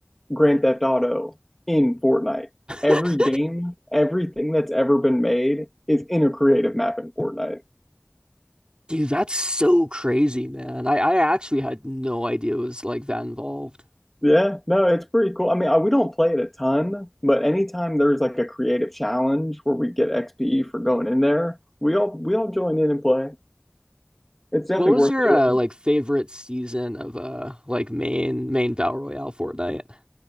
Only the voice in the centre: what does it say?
Grand Theft Auto in Fortnite.
Every game, everything that's ever been made is in a creative map in Fortnite.
Yeah, no, it's pretty cool. I mean, I, we don't play it a ton, but anytime there's like a creative challenge where we get XPE for going in there, we all we all join in and play. It's definitely
worth
doing.